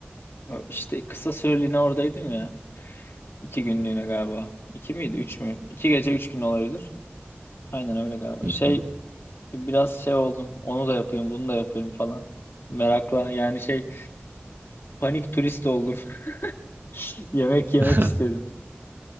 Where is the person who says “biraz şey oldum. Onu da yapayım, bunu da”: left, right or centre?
Left